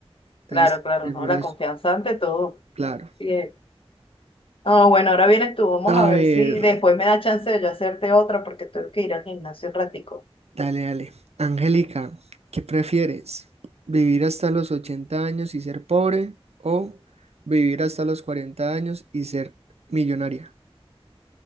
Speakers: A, on the right; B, on the left.
A: Entonces,
B: Claro, claro,
A: prefiero
B: no, la
A: eso,
B: confianza ante todo.
A: claro.
B: Bien. No, bueno, ahora vienes tú, vamos
A: A
B: a ver
A: ver.
B: si después me da chance de yo hacerte otra porque tengo que ir al gimnasio un ratico.
A: Dale, dale. Angélica, ¿qué prefieres? ¿Vivir hasta los 80 años y ser pobre o vivir hasta los 40 años y ser millonaria?